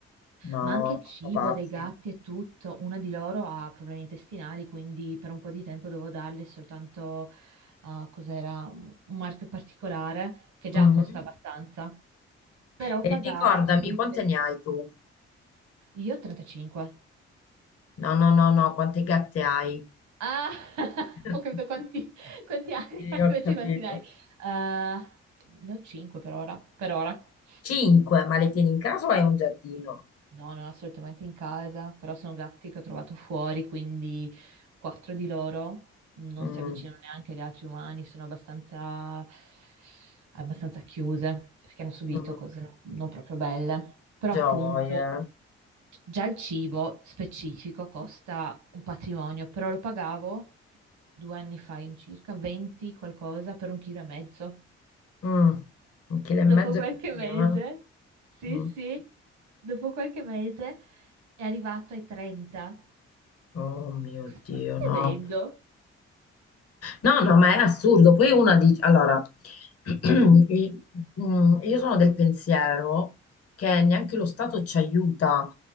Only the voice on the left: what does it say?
No,
sono pazzi.
Mhm.
E
ricordami,
quante
ne hai tu?
No, no, no, no, quante gatte hai?
<laughs>
Sì,
ho capito.
Cinque, ma le tieni in casa o hai un giardino?
Mm,
mm,
gioia.
Mm, un chilo
e mezzo
è pochino,
eh? Mm.
Oh mio
Dio,
no.
No, no, ma è assurdo. Poi una dice, allora, <clears throat> i- mm, io sono del pensiero che neanche lo Stato ci aiuta.